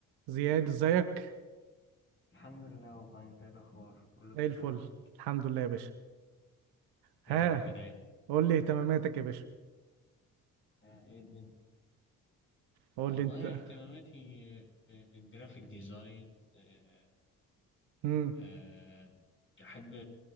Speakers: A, on the right; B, on the left.
A: زياد ازيك
B: الحمد لله والله انت ايه الاخبار كله
A: زي الفل
B: تمام
A: الحمد لله يا باشا ها
B: يا رب دايما
A: قول لي اهتماماتك يا باشا
B: آه، ايه الدنيا
A: قول
B: والله
A: لي انت
B: اهتماماتي آه، الجرافيك ديزاين آه،
A: امم
B: آه، بحب